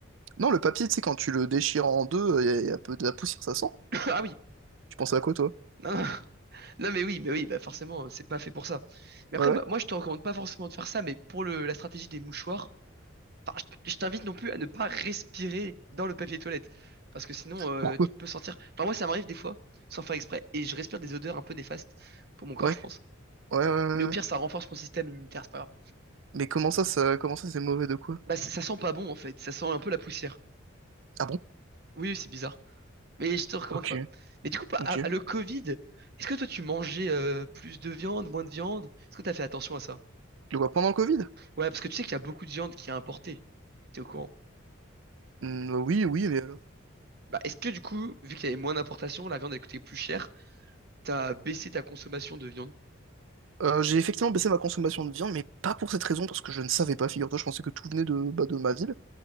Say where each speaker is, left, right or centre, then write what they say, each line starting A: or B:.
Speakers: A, on the right (about 70°); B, on the right (about 50°).
A: Non, le papier, tu sais, quand tu le déchires en deux, il y, a y a un peu de la poussière, ça sent.
B: <coughs> Ah oui.
A: Tu penses à quoi, toi?
B: Non, non. Non, mais oui, mais oui, bah forcément, euh, c'est pas fait pour ça. Mais après,
A: Ouais, ouais,
B: bah, moi, je te recommande pas forcément de faire ça, mais pour le, la stratégie des mouchoirs, enfin, je, je t'invite non plus à ne pas respirer dans le papier toilette. Parce que sinon, euh,
A: Pourquoi?
B: tu peux sentir. Enfin, moi, ça m'arrive des fois, sans faire exprès, et je respire des odeurs un peu néfastes pour mon corps,
A: ouais,
B: je pense.
A: ouais, ouais. ouais,
B: Mais au pire,
A: ouais.
B: ça renforce mon système immunitaire, c'est pas grave.
A: Mais comment ça, ça, comment ça, c'est mauvais de quoi?
B: Bah, ça, ça sent pas bon en fait, ça sent un peu la poussière.
A: Ah bon?
B: Oui, oui, c'est bizarre. Mais je te recommande
A: Ok,
B: pas. Mais du coup, pa-
A: ok.
B: à- à le Covid, est-ce que toi tu mangeais euh, plus de viande, moins de viande? Est-ce que t'as fait attention à ça?
A: De quoi pendant le Covid?
B: Ouais, parce que tu sais qu'il y a beaucoup de viande qui est importée. T'es au courant?
A: Hmm, oui, oui, mais alors?
B: Bah, est-ce que du coup, vu qu'il y avait moins d'importation, la viande elle coûtait plus cher, t'as baissé ta consommation de viande?
A: Euh, j'ai effectivement baissé ma consommation de viande, mais pas pour cette raison, parce que je ne savais pas, figure-toi, je pensais que tout venait de, bah, de ma ville.